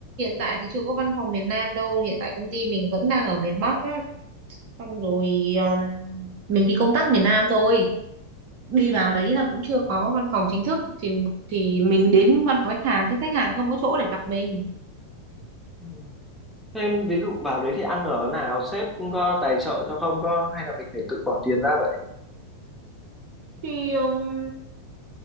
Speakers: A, on the right; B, in the centre.
A: tại thì chưa có văn phòng miền Nam đâu hiện tại công ty mình vẫn đang ở miền Bắc á. xong rồi um, mình đi công tác miền Nam thôi đi vào đấy là cũng chưa có văn phòng chính thức thì thì mình đến văn phòng khách hàng chứ khách hàng không có chỗ để gặp mình
B: Ừ. thêm ví dụ vào đấy thì ăn ở nào sếp cũng có tài trợ cho không có hay là mình phải tự bỏ tiền ra vậy
A: thì um,